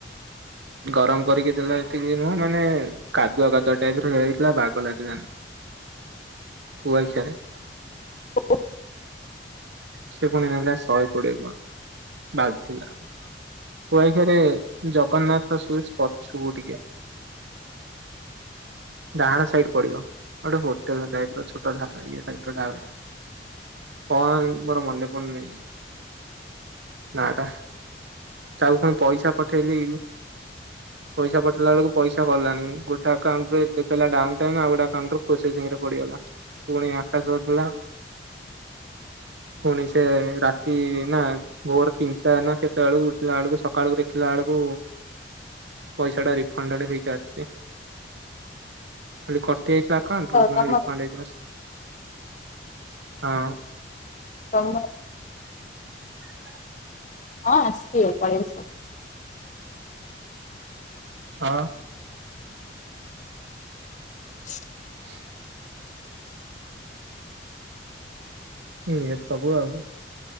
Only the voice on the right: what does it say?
ଗରମ କରିକି ଦେଲା ଏତିକି ନୁହଁ ମାନେ କାଦୁଆ କାଦୁଆ ଏଇ ଥରକ ହେଇଥିଲା ବାଗ ଲାଗିଲାନି ଥୁଆ ହେଇଚି <unintelligible> ରେ।
ସେ ପୁଣି ନେଲା ଶହେ କୋଡିଏ ଟଙ୍କା। ବାଧିଲା। ଗୁଆ ଘିଅରେ ଜଗନ୍ନାଥ। ଉ ସୁଇଟ୍ସ ପଛୁକୁ ଟିକେ। ଡାହାଣ ସାଇଡ ପଡିବ। ଗୋଟେ ହୋଟେଲ ଟାଇପର ଛୋଟ ଢା ଇଏ ଟାଇପର ଗାଉଁଲି ଟାଇପ। କଣ ମୋର ମନେ ପଡୁନି ନାଁଟା ତାକୁ ପୁଣି ପଇସା ପଠେଇଲି ପଇସା ପଠେଇଲା ବେଳକୁ ପଇସା ଗଲାନି, ଗୋଟେ ଆକାଉଣ୍ଟରେ ଦେଖେଇଲା ଡାଉନଟାଇମ ଆଉ ଗୋଟା ଆକାଉଣ୍ଟ ପ୍ରୋସେସିଂରେ ପଡିଗଲା। ପୁଣି ଆକାଶ ଥିଲା ପୁଣି ସେ ରାତି ନା ଭୋର ତିନଟା ନା କେତେ ବେଳକୁ ଉଠିଲା ବେଳକୁ ସକାଳକୁ ଦେଖିଲା ବେଳକୁ ପଇସାଟା ରିଫଣ୍ଡେଡ ହେଇକି ଆସଛି। ଖାଲି କ <unintelligible> ଆକାଉଣ୍ଟରୁ ପୁଣି
ରିଫଣ୍ଡ ହେଇକି ଆସି ହଁ।
<unintelligible>
ହ।
ହ <unintelligible> ଇଏ ସବୁ ଆଉ।